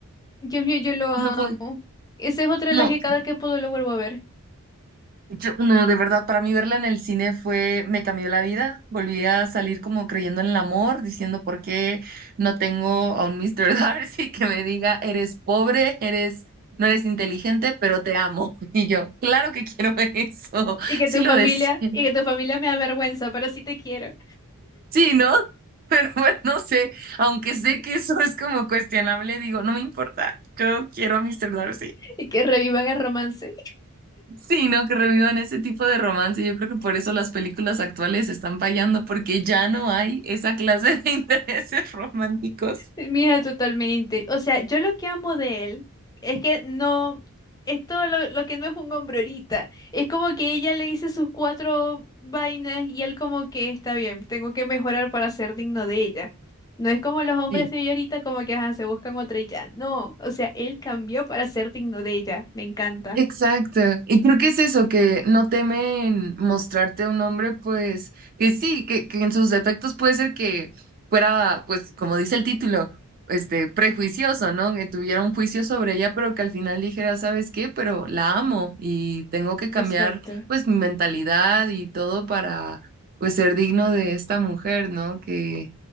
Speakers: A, on the left; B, on the right.
A: Dios mío, yo lo amo.
B: no puedo,
A: Esa es otra
B: no,
A: de las que cada que puedo lo vuelvo a ver.
B: Yo- no, de verdad, para mí verla en el cine fue, me cambió la vida. Volví a salir como creyendo en el amor, diciendo por qué no tengo a un Mr. <laughs> Darcy que me diga, eres pobre, eres, no eres inteligente, pero te amo. <laughs> Y yo, claro que quiero <laughs> eso,
A: Y que
B: sí
A: tu
B: lo
A: familia,
B: deseo.
A: y que tu familia me avergüenza, pero sí te quiero.
B: Sí, ¿no? <laughs> Pero bueno, no sé, aunque sé que eso es como cuestionable, digo, no me importa, yo quiero a Mr. Darcy.
A: Y que revivan el romance.
B: Sí, no, que revivan ese tipo de romance. Yo creo que por eso las películas actuales están fallando, porque ya no hay esa clase de <laughs> intereses románticos.
A: Mija, totalmente. O sea, yo lo que amo de él es que no, es todo lo, lo que no es un hombre ahorita. Es como que ella le dice sus cuatro vainas y él como que está bien, tengo que mejorar para ser digno de ella. No es como los hombres
B: Sí.
A: de hoy ahorita como que ajá, se buscan otra y ya. No, o sea, él cambió para ser digno de ella. Me encanta.
B: Exacto. Y creo que es eso, que no temen mostrarte a un hombre, pues, que sí, que, que en sus defectos puede ser que fuera, pues, como dice el título, este, prejuicioso, ¿no? Que tuviera un juicio sobre ella, pero que al final dijera, ¿sabes qué? Pero la amo y tengo que cambiar,
A: Exacto,
B: pues, mi mentalidad y todo para, pues, ser digno de esta mujer, ¿no? Que,